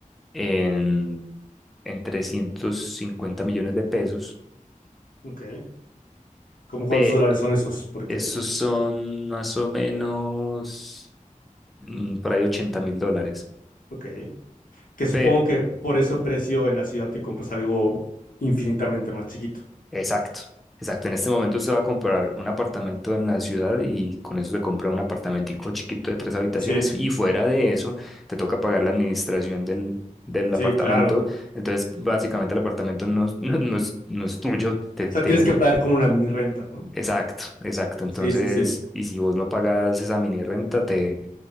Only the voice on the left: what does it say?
Ok. ¿Cómo cuántos
dólares son esos? Porque,
ok. Que supongo
que por eso el precio en la ciudad te compras algo infinitamente más chiquito.
Sí,
sí,
claro.
O sea,
tienes que pagar como una mini renta, ¿no?
Sí, sí, sí,